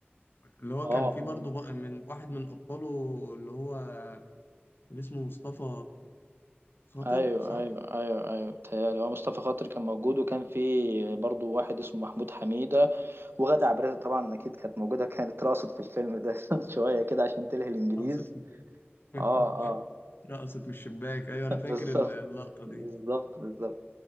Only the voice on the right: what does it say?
اه
اه
ايوه
ايوه ايوه ايوه بتهيألي هو مصطفى خاطر كان موجود وكان في برضو واحد اسمه محمود حميدة وغادة عبد الرازق طبعا اكيد كانت موجودة كانت رقصت في الفيلم ده <laughs> شوية كده عشان تلهي الانجليز
اه اه
<laughs>
بالظبط
بالظبط بالظبط